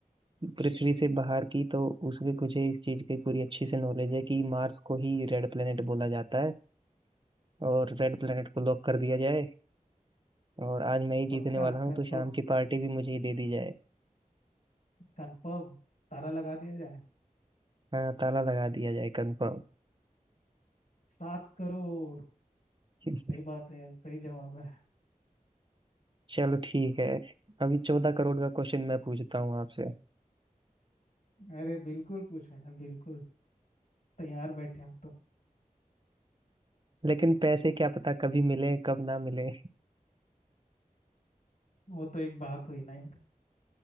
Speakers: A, on the right; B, on the left.
A: पृथ्वी से बाहर की तो उसमें मुझे इस चीज की पूरी अच्छी से नॉलेज है कि मार्स को ही रेड प्लेनेट बोला जाता है और रेड प्लेनेट को लॉक कर दिया जाए और आज मैं ही
B: पक्का
A: जीतने वाला हूँ
B: कंफर्म
A: तो शाम की पार्टी भी मुझे ही दे दी जाए
B: कंफर्म तारा लगा दिया जाए
A: हाँ ताला लगा दिया जाए कंफर्म
B: सात करोड़
A: <laughs>
B: सही बात है यार सही जवाब है
A: चलो ठीक है अभी चौदह करोड़ का क्वेश्चन मैं पूछता हूँ आपसे
B: अरे बिल्कुल पूछा यार बिल्कुल तैयार बैठे हम तो
A: लेकिन पैसे क्या पता कभी मिले कब ना मिले
B: वो तो एक बात हुई ना यार